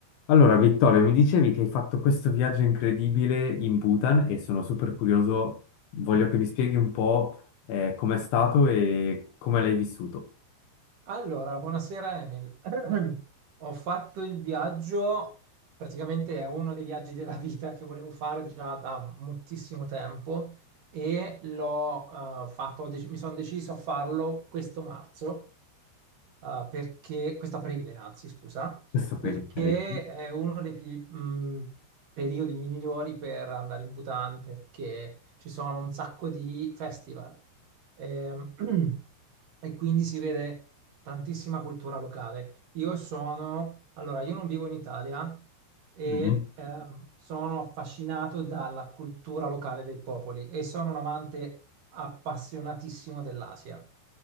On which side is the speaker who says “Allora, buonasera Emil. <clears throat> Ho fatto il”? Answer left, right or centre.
Right